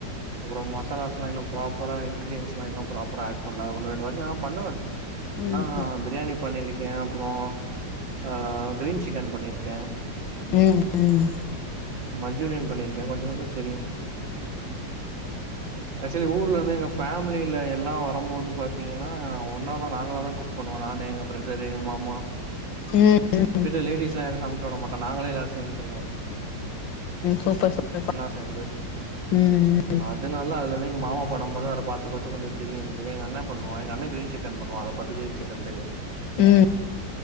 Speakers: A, on the right; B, on the left.
A: அப்பறோ மசாலாஸ்லா இன்னு ப்ராப் பரா இன்கீரிடியன்ஸ்லா இன்னு ப்ராப்பரா ஆட் பண்லா ஒண்ணு ரெண்டு வாட்டி நா பண்ணுவ ன்னா
B: ம் ம்
A: பிரியாணி பண்ணிருக்கே அப்புறோ ஆ கிரீன் சிக்கன் பண்ணிருக்கே
B: ம் ம்
A: மஞ்சூரியன் பண்ணிருக்கே கொஞ்சொ கொஞ்சொ தெரியு ஆக்சுலி ஊர்ல இருந்து எங்க ஃபேமிலியில எல்லா வரம்போது பாத் பாத்தீங்கன்னா ஒன்னாதா நாங்கள தா குக் பண்ணுவோ நானு எங்க பிரதர் எங்க மாமா
B: ம் ம்
A: வீட்ல லேடீஸ்லா யாரையு சமைக்க விட மாட்டோ நாங்களே எல்லாரு சேந்து செய்வோ
B: சூப்பர் சூப்பர்ப்பா
A: ஒன்னா சேந்து
B: ம்
A: அதனால அதுலந்து எங்க மாமா பண்ணம் போது அதல பாத்து பாத்து கொஞ்சொ தெரியு எங்களுக்கு எங்க அண்ணே பண்ணுவா எங்கண்ணே கிரீன் சிக்கன் பண்ணுவா அத பாத்து கிரீன் சிக்கன் தெரியு
B: ம்